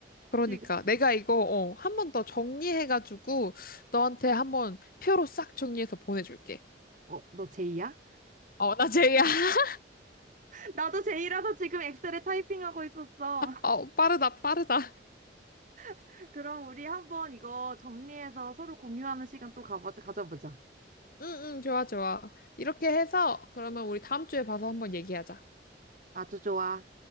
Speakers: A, on the left; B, on the right.
A: 그러니까
B: 지금,
A: 내가 이거 어, 한 번 더 정리해가지고 너한테 한번 표로 싹 정리해서 보내줄게.
B: 어, 너 제이야?
A: 어, 나 제이야. <laughs>
B: <laughs> 나도 제이라서 지금 엑셀에 타이핑하고 있었어.
A: 어, 빠르다, 빠르다.
B: <laughs> 그럼 우리 한번 이거 정리해서 서로 공유하는 시간 또 가보, 가져보자.
A: 응, 응, 좋아, 좋아. 이렇게 해서 그러면 우리 다음 주에 봐서 한번 얘기하자.
B: 아주 좋아.